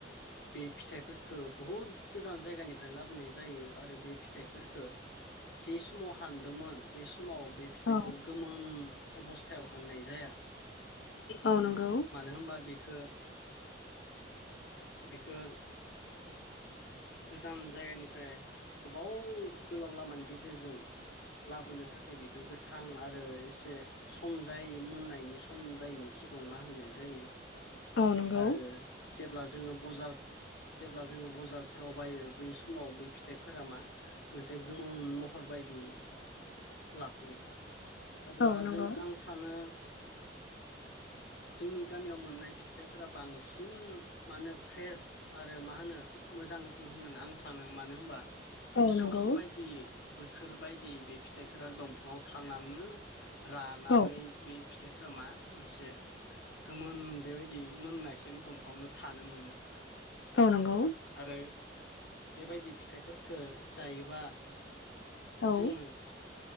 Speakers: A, on the left (about 65°); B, on the left (about 80°).
A: बे फिथाइफोरखौ बहुद गोजान जायगानिफ्राय लाबोनाय जायो आरो बे फिथाइफोरफोरखौ जे समाव हानदोंमोन बे समाव बे फिथाइखो
B: औ
A: गोमोन अबस्थायाव हानाय जाया
B: औ नंगौ
A: मानो होनबा बिखौ बिखौ गोजान जायगानिफ्राय गोबाव गोलाव लामानि गेजेरजों लाबोनो थाखाय बेखौ गोथां आरो एसे सम जाय मोननायनि सम जायैनि सिगाङाव ना होननाय जायो
B: औ नंगौ
A: आरो जेब्ला जोङोार जेब्ला जोङो बजार फोराव बायो बै समाव बे फिथाइफोरा मा मोनसे गोमोन महर बायदि लाफैयो अब्ला
B: औ नंगौ
A: जों आं सानो जोंनि गामियाव मोननाय फिथाइफोरा बांसिन मा होनो फ्रेस आरो मा होनो मोजांसिन होननानै आं सानो मानो होनबा
B: औ
A: सम
B: नंगौ
A: बायदि बोथोर बायदि बे फिथाइफोरा दंफाङाव थानानैनो रानानै
B: औ
A: बे फिथाइफोरा मा मोनसे गोमोन बेबायदि मोननायसिम दंफांनो थानो मोनो
B: औ नंगौ
A: आरो बेबायदि फिथाइफोरखौ जायोबा
B: औ
A: जोङो